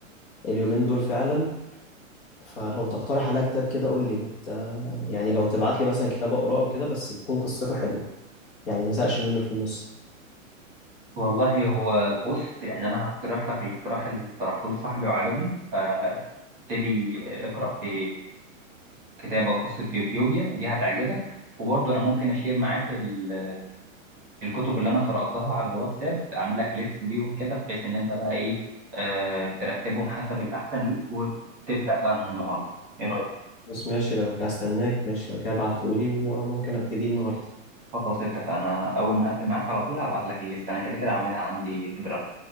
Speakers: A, on the left; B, on the right.
A: اليومين دول فعلا فلو تقترح عليا كتاب كده قول لي ما مت... يعني لو تبعت لي مثلا كتاب اقراه او كده بس تكون قصته حلوه يعني ما زهقش منه في النص
B: والله هو بص يعني انا هقترح لك الاقتراح اللي اقترحه لي صاحبي وعجبني فابتدي اقرا في كتاب او قصه يوتيوبيا دي هتعجبك وبرضه انا ممكن اشير معاك ال- الكتب اللي انا قراتها على الواتساب اعمل لك ليست بيهم كده بحيث ان انت بقى ايه آه، ترتبهم حسب الاحسن ليك وتبدا بقى من النهارده ايه رايك
A: خلاص ماشي لو كده هستناك ماشي لو كده ابعتهولي وممكن ابتدي النهارده
B: خلاص اتفقنا اول ما هقفل معاك على طول هبعت لك الليست انا كده كده عاملها عندي في درافت